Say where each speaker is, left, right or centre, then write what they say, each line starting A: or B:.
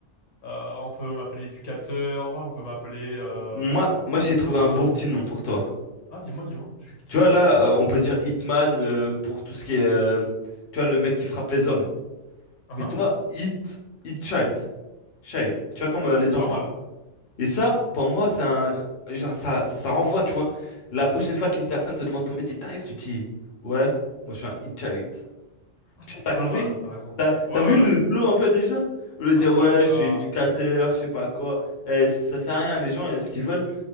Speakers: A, on the left (about 75°); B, on the left (about 60°).
A: Euh, on peut m'appeler éducateur, on peut m'appeler euh,
B: Moi moi j'ai trouvé
A: bonhomme.
B: un bon petit nom pour toi.
A: Ah, dis-moi, dis-moi, je suis tout
B: Tu
A: oui.
B: vois, là, euh, on peut dire Hitman euh, pour tout ce qui est. euh, tu vois, le mec qui frappe les hommes.
A: Ah,
B: Mais
A: hein.
B: toi, Hit. Hit Child. Child. Tu vois, comme euh,
A: Oh,
B: les
A: c'est pas
B: enfants.
A: mal.
B: Et ça, pour moi, c'est un. Genre, ça, ça envoie, tu vois. La prochaine fois qu'une personne te demande ton métier, t'arrives, tu dis. Ouais, moi, je suis un Hit Child.
A: Ah, c'est
B: Tu vois, t'as
A: pas
B: compris?
A: mal, t'as raison.
B: T'as,
A: Ouais,
B: t'as
A: ouais,
B: vu le
A: ouais.
B: flow un peu déjà? Au lieu de
A: Ah,
B: dire,
A: c'est
B: ouais,
A: vrai que
B: je
A: t'as...
B: suis éducateur, je sais pas quoi. Eh, ça sert à rien, les gens, euh, ce qu'ils veulent,